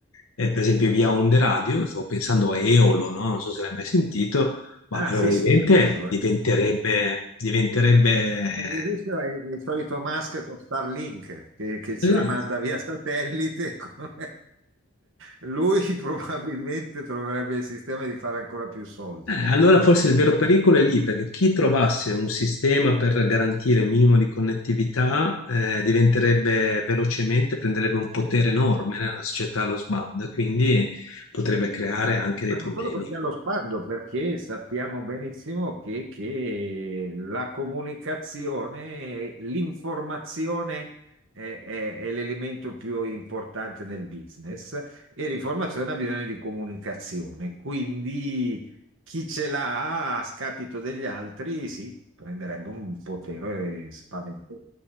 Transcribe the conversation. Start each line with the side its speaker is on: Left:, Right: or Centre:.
Left: eh, per esempio via onde radio, sto pensando a Eolo, no? Non so se l'hai mai sentito, ma
Right: Ah,
Left: Però,
Right: sì,
Left: probabilmente
Right: sì, sì, euro,
Left: diventerebbe,
Right: eh.
Left: diventerebbe... eh,
Right: E Il rischio è il solito Musk con Starlink che, che ce
Left: esatto.
Right: le manda via satellite. <laughs> come- Lui probabilmente troverebbe il sistema di fare ancora più soldi.
Left: Eh, allora forse
Right: Eh,
Left: il vero pericolo è lì, perché chi trovasse un sistema per garantire un minimo di connettività eh, diventerebbe velocemente, prenderebbe un potere enorme nella società allo sbando, e quindi potrebbe creare anche dei
Right: Ma
Left: problemi.
Right: non solo perché ha lo sguardo, perché sappiamo benissimo che, che la comunicazione, l'informazione è, è- è l'elemento più importante nel business e l'informazione ha bisogno di comunicazione. Quindi chi ce l'ha a scapito degli altri, sì, prenderebbe un potere spaventoso.